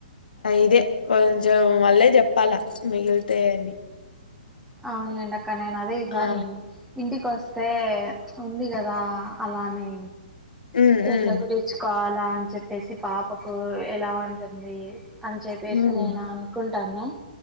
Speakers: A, on the left (about 70°); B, in the centre.
A: ఇదే కొంచెం వాళ్ళే చెప్పాలా మిగిలితే అని
B: అవునులేండి అక్క నేను అదే ఈసారి
A: ఆ
B: ఇంటికి వస్ అతే ఉంది కదా అలాని
A: ఉమ్
B: ఎట్ల
A: ఉమ్
B: కుట్టిచ్చుకోవాలి లాని చెప్పేసి పాప్ ఒకో ఎలా ఉంటుంది అని చెప్పేసి
A: ఉమ్
B: నేను అనుకుంటన్నా